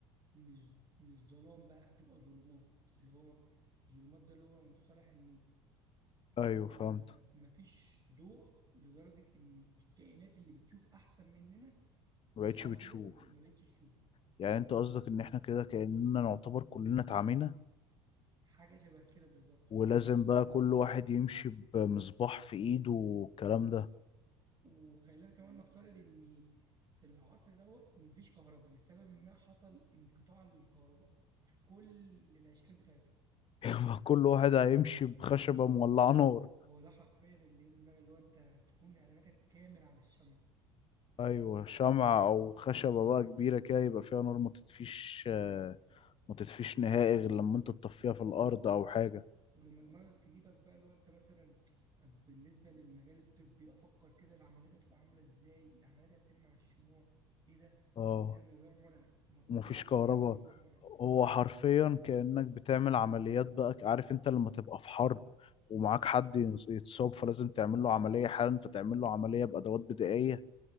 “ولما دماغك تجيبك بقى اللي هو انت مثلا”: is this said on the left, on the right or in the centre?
Right